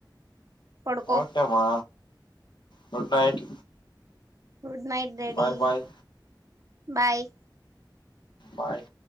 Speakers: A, on the right; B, on the left.
A: పడుకో
B: ఓకే మ్మా good night
A: good night daddy
B: bye bye
A: bye
B: bye